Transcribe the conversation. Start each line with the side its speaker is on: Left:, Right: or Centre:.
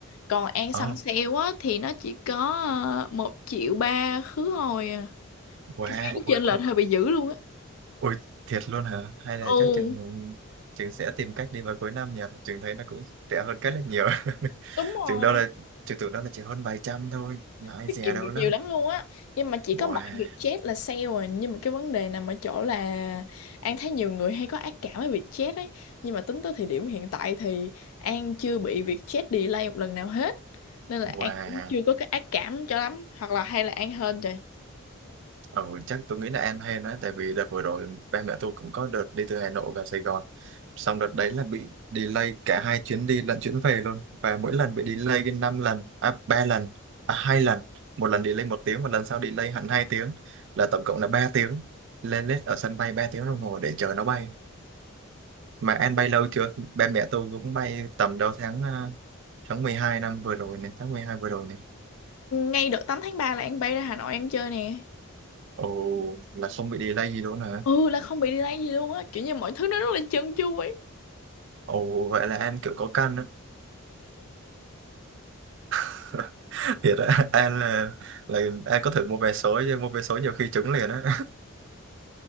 Left: còn An
Right: ờ.
Left: săn sale á thì nó chỉ có ờ, một triệu ba khứ hồi à
Right: wow
Left: cái giá nó chênh
Right: ui,
Left: lệch hơi bị dữ luôn á
Right: ui thiệt luôn hả hay là
Left: ừ
Right: chắc chừng chừng sẽ tìm cách đi vào cuối năm nhỉ chừng thấy nó cũng rẻ hơn cái là nhiều <laughs>
Left: đúng rồi
Right: chừng đâu là chừng tưởng đâu là chỉ hơn vài trăm thôi mà ai
Left: tiết
Right: dè
Left: kiệm
Right: đâu
Left: được
Right: đó
Left: nhiều lắm luôn á nhưng mà chỉ
Right: wow
Left: có mỗi Vietjet là sale à nhưng mà cái vấn đề nằm ở chỗ là An thấy nhiều người hay có ác cảm với Vietjet ấy nhưng mà tính tới thời điểm hiện tại thì An chưa bị Vietjet delay một lần nào hết nên là An
Right: wow
Left: cũng chưa có cái ác cảm cho lắm hoặc là hay là An hên trời
Right: Ừ, chắc tôi nghĩ là An hay nữa, tại vì đợt vừa rồi ba mẹ tôi cũng có đợt đi từ Hà Nội vào Sài Gòn xong đợt đấy là bị delay cả hai chuyến đi lẫn chuyến về luôn và mỗi lần bị delay cái năm lần à ba lần à hai lần một lần delay một tiếng một lần sau delay hẳn hai tiếng là tổng cộng là ba tiếng lên lết ở sân bay ba tiếng đồng hồ để chờ nó bay mà An bay lâu chưa ba mẹ tôi cũng bay tầm đầu tháng à, tháng 12 năm vừa rồi này tháng 12 vừa rồi này
Left: ngay đợt tám tháng 3 là An bay ra Hà Nội An chơi nè
Right: ồ là không bị delay gì luôn hả
Left: ừ là không bị delay gì luôn á kiểu như mọi thứ nó rất là trơn tru ấy
Right: ồ vậy là An kiểu có căn đó <laughs> thiệt á <laughs> An là là An có thử mua vé số chứ mua vé số nhiều khi trúng liền á